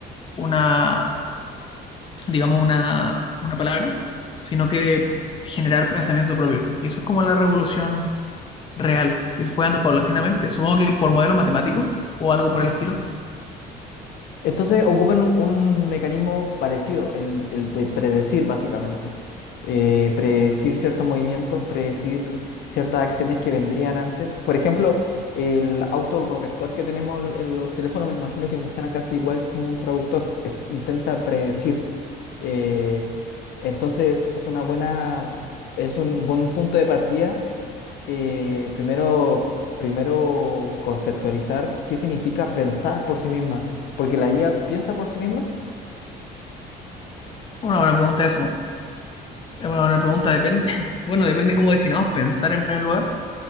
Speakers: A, on the left (about 30°); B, on the left (about 70°).
A: una, digamos, una, una palabra, sino que de generar pensamiento propio. Y eso es como la revolución real que se fue dando paulatinamente? Supongo que por modelos matemáticos o algo por el estilo.
B: Entonces ocupan un, un mecanismo parecido, el, el de predecir básicamente. Eh, predecir ciertos movimientos, predecir ciertas acciones que vendrían antes. Por ejemplo, el autocorrector que tenemos l- en los teléfonos me imagino que funciona casi igual como un traductor. es- intenta predecir. Eh, entonces es una buena, es un buen punto de partida eh, primero, primero conceptualizar qué significa pensar por sí misma, porque la IA piensa por sí misma.
A: Una buena pregunta eso. Es una buena pregunta, depende. <laughs> Bueno, depende cómo definamos pensar en primer lugar.